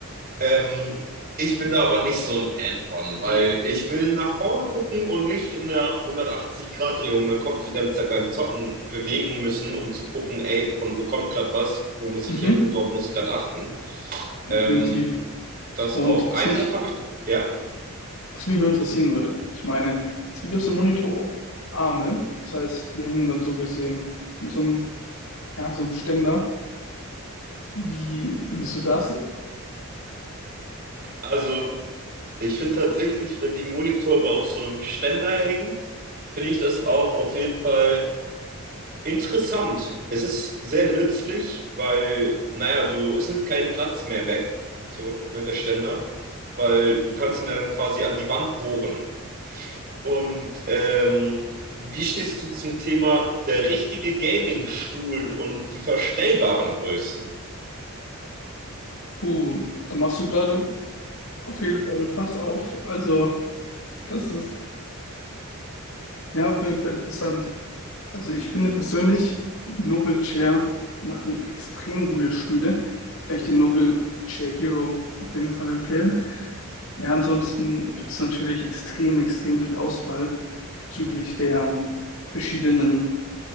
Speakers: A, on the right (about 45°); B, on the left (about 75°).
A: Ähm, ich bin da aber nicht so ein Fan von, weil ich will nach vorne gucken und nicht in der 180-Grad-Drehung meinen Kopf die ganze Zeit beim Zocken bewegen müssen, um zu gucken, ey, von wo kommt gerade was, wo muss
B: Mhm,
A: ich hin, worauf muss ich gerade achten.
B: definitiv.
A: Ähm, das
B: Und
A: auch.
B: was
A: Eine
B: mich
A: Sache habe ich, ja,
B: Was mich nur interessieren würde, ich meine, es gibt ja auch so Monitorarme, das heißt, die hängen dann so gesehen in so einem, ja, so einem Ständer. Wie findest du das?
A: also ich finde tatsächlich, wenn die Monitore auf so einem Ständer hängen, finde ich das auch auf jeden Fall Interessant. Es ist sehr nützlich, weil, naja, du, es nimmt keinen Platz mehr weg, so, ne, der Ständer, weil du kannst ihn dann quasi an die Wand bohren. Und ähm, wie stehst du zum Thema der richtige Gaming-Stuhl und die verstellbaren Größen?
B: Uh, da machst du gerade auf jeden Fall ein Fass auf. Also, das ist ja auf jeden Fall interessant. Also ich finde persönlich, Nobel Chair machen extrem gute Stühle. Kann ich den Nobel Chair Hero auf jeden Fall empfehlen. Ja, ansonsten gibt es natürlich extrem, extrem viel Auswahl bezüglich der verschiedenen